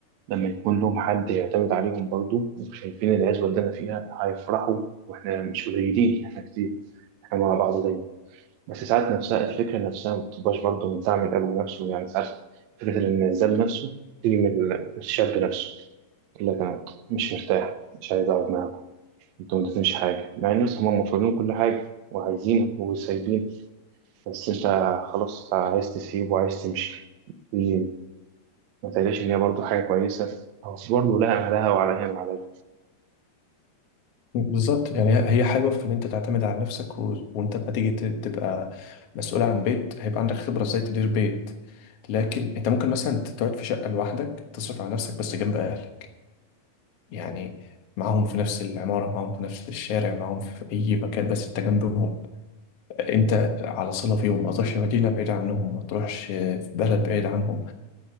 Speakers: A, on the right (about 85°); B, on the left (about 55°).
A: لما يكون لهم حد يعتمد عليهم برضه وشايفين العزوة اللي أنا فيها هيفرحوا واحنا مش قليلين احنا كتير احنا مع بعض دايما بس ساعات نفسها الفكرة نفسها ما بتبقاش برضه من دعم الأب نفسه يعني ساعات فكرة الانعزال نفسه تيجي من ال- الشاب نفسه يقول لك أنا مش مرتاح مش عايز أقعد معاكم أنتوا ما ادتنيش حاجة مع إن مثلا هم مفروضين كل حاجة وعايزينك وسايبين بس أنت خلاص أنت عايز تسيب وعايز تمشي دي ما تقلقش إن هي برضه حاجة كويسة أو برضه لها أهلها وعليها ما عليها
B: بالظبط يعني هي هي حلوة في إن أنت تعتمد على نفسك و... وأنت لما تيجي ت- تبقى مسؤول عن بيت هيبقى عندك خبرة إزاي تدير بيت لكن أنت ممكن مثلا تقعد في شقة لوحدك تصرف على نفسك بس جنب أهلك يعني معاهم في نفس العمارة معاهم في نفس الشارع معاهم في أي مكان بس أنت جنبهم أنت على صلة فيهم ما تروحش مدينة بعيدة عنهم ما تروحش في بلد بعيد عنهم